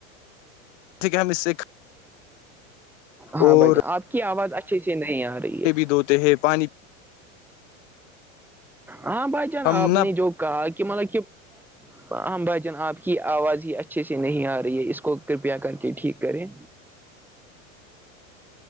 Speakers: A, on the left; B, in the centre.
A: ٹھیک ہے ہم اس سے
B: ہاں
A: اور
B: بھ جان آپ کی آواز اچھے سے نہیں آ رہی ہے
A: دوتے ہیں پانی
B: ہاں بھائی جان
A: ہم
B: آپ
A: نہ
B: نے جو کہا کہ مطلب کہ ہ بھائی جان آپ کی آواز ہی اچھے سے نہیں آ رہی ہے اس کو کرپیا کر کے ٹھیک کریں